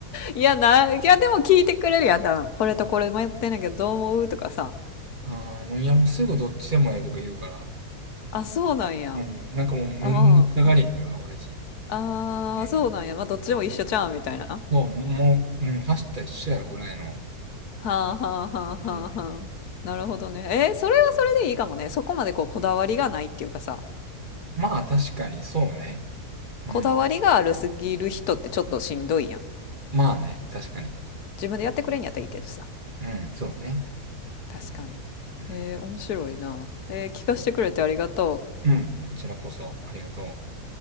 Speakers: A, on the left; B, on the right.
A: いやな、いやでも聞いてくれるやん、多分。これとこれ迷ってんねんけど、どう思うとかさ。
B: ああ、もういやもうすぐどっちでもええとか言うから、
A: あ、そうなんや。
B: もう、なんかもうめんどくさがりやから、
A: あ、まあ、うん。
B: 親父。
A: ああ、
B: うん。
A: そうなんや。まあ、どっちも一緒ちゃうんみたいな。
B: そう、もう、うん、走ったら一緒やろぐらいの。
A: はあ、はあ、はあ、はあ、
B: うん。
A: はあ。なるほどね。えーそれはそれでいいかもね。そこまでこう、こだわりがないっていうかさ、
B: まあ、確かに、そうね。うん。
A: こだわりがあるすぎる人ってちょっとしんどいやん。
B: まあね、確かに。
A: 自分でやってくれんやったらいいけどさ。
B: うん、そうね。
A: 確かに。
B: うん。
A: えー面白いな。えー聞かせてくれてありがとう。
B: うん、こちらこそ、ありがとう。